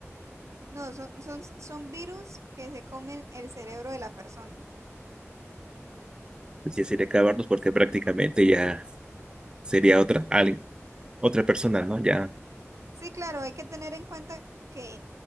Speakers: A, on the right; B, on the right.
A: No, son, son, son virus que se comen el cerebro de la persona.
B: Pues ya sería acabarlos porque prácticamente ya sería otra, alguien, otra persona, ¿no? Ya,
A: Sí, claro, hay que tener en cuenta que